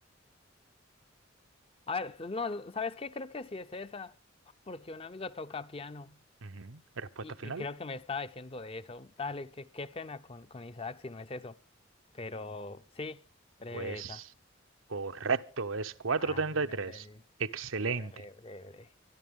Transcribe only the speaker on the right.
Ujú. Respuesta
final.
Pues
correcto, es 433.
Excelente.